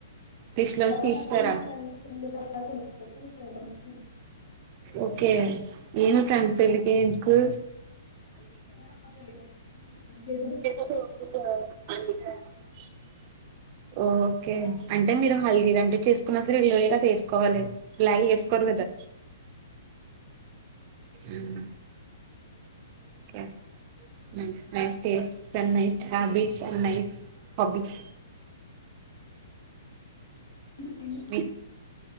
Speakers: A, on the right (about 40°); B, on the left (about 75°).
A: లిస్ట్ లోంచి
B: తర్వాత
A: తీసేసారా
B: మా ఫ్రెండ్ పెళ్ళికి అలా కొనుక్కోవచ్చని అనుకుంటున్నాను
A: ఓకే ఏమి ఫ్రెండ్ పెళ్ళికి నీకు
B: నాకు తెలీదండి
A: <unintelligible> ఓకే అంటే మీరు హల్దీ అంటూ చేసుకున్న సరే <unintelligible> రెగ్యులర్ గా ఏసుకోవాలి ఇలాగే ఏసుకోరు కదా హ్మ్ ఓకే నైస్ నైస్ టేస్ట్ తనది హ్యాబిట్స్ అండ్ నైస్ హాబీస్
B: అ
A: మీ